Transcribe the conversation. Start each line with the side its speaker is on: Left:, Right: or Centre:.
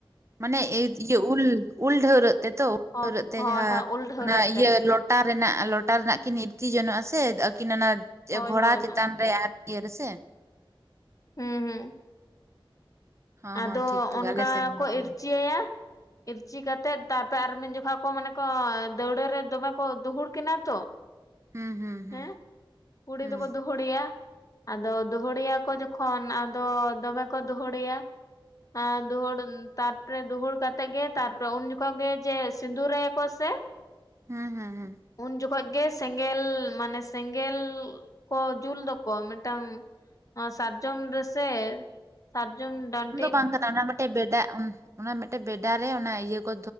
Right: ᱢᱟᱱᱮ ᱤᱭᱟᱹ ᱩᱞ ᱩᱞ ᱰᱷᱟᱹᱣᱨᱟᱹᱜ ᱛᱮ ᱛᱚ ᱩᱞ
Left: ᱦᱚ
Right: ᱰᱷᱨᱟᱹᱣᱨᱟᱹᱜ ᱛᱮ
Left: ᱦᱳᱭ
Right: ᱡᱟᱦᱟᱸ
Left: ᱦᱳᱭ ᱩᱞ ᱰᱷᱟᱹᱣᱨᱟᱹᱜ
Right: ᱚᱱᱟ ᱤᱭᱟᱹ
Left: ᱛᱮ
Right: ᱞᱚᱴᱟᱼᱼ ᱞᱚᱴᱟ ᱨᱮᱱᱟᱜ ᱞᱚᱴᱟ ᱨᱮᱱᱟᱜ ᱠᱤᱱ ᱤᱨᱪᱤ ᱡᱚᱱᱚᱜᱼᱟ ᱥᱮ ᱟᱹᱠᱤᱱ ᱚᱱᱟ
Left: ᱦᱳᱭ
Right: ᱜᱷᱚᱬᱟ
Left: ᱦᱳᱭ
Right: ᱪᱮᱛᱟᱱ
Left: ᱦᱳᱭ
Right: ᱨᱮ ᱟᱨᱼᱼ ᱤᱭᱟᱹ ᱨᱮ ᱥᱮᱼᱼ
Left: ᱦᱩᱸ ᱦᱩᱸ
Right: ᱦᱚᱸ
Left: ᱟᱫᱚ
Right: ᱦᱚᱸ ᱴᱷᱤᱠ ᱴᱷᱤᱠ
Left: ᱚᱱᱠᱟ
Right: ᱟᱞᱮ ᱥᱮᱱ ᱦᱚᱸ
Left: ᱠᱚ
Right: ᱚᱱᱠᱟ
Left: ᱤᱨᱪᱤ ᱟᱭᱟ ᱤᱨᱪᱤ ᱠᱟᱛᱮᱫ ᱛᱟᱨᱯᱚᱨ ᱟᱨ ᱢᱤᱫ ᱡᱚᱠᱷᱟ ᱠᱚ ᱢᱟᱱᱮ ᱠᱚ ᱫᱟᱹᱣᱲᱟᱹ ᱨᱮ ᱫᱚᱢᱮ ᱠᱚ ᱫᱩᱦᱩᱲ ᱠᱤᱱᱟ ᱛᱚ᱾
Right: ᱦᱩᱸ ᱦᱩᱸ ᱦᱩᱸ
Left: ᱦᱮᱸ ᱠᱩᱲᱤ
Right: ᱦᱩᱸ
Left: ᱫᱚ ᱠᱚ ᱫᱩᱼᱼ ᱫᱩᱦᱩᱲᱮᱭᱟ ᱟᱫᱚ ᱫᱩᱦᱩᱲᱮᱭᱟ ᱠᱚ ᱡᱚᱠᱷᱚᱱ ᱟᱫᱚ ᱫᱚᱢᱮ ᱠᱚ ᱫᱩᱦᱩᱲᱮᱭᱟ ᱦᱟᱸ ᱫᱩᱦᱩᱲ ᱛᱟᱨᱯᱚᱨᱮ ᱫᱩᱦᱩᱲ ᱠᱟᱛᱮ ᱜᱮ ᱛᱟᱨᱯᱚᱨᱮ ᱩᱱ ᱡᱚᱠᱷᱚᱱ ᱜᱮ ᱡᱮ ᱥᱤᱸᱫᱩᱨ ᱟᱭᱟ ᱠᱚ ᱥᱮ? <unintelligible>
Right: ᱦᱮᱸ ᱦᱮᱸ ᱦᱮᱸ᱾
Left: ᱩᱱ ᱡᱚᱠᱷᱚᱡ ᱜᱮ ᱥᱮᱸᱜᱮᱞ ᱢᱟᱱᱮ ᱥᱮᱸᱜᱮᱞ ᱠᱚ ᱡᱩᱞ ᱫᱚᱠᱚ ᱢᱤᱫᱴᱟᱝ ᱥᱟᱨᱡᱚᱢ ᱨᱮ ᱥᱮ ᱥᱟᱨᱡᱚᱢ ᱰᱟᱝ
Right: ᱵᱟᱝ ᱠᱟᱱᱟ ᱚᱱᱟ ᱢᱤᱫᱴᱮᱡ ᱵᱮᱰᱟ ᱚᱱᱟ ᱢᱤᱫᱴᱮᱡ ᱵᱮᱰᱟ ᱨᱮ ᱚᱱᱟ ᱤᱭᱟᱹ ᱠᱚ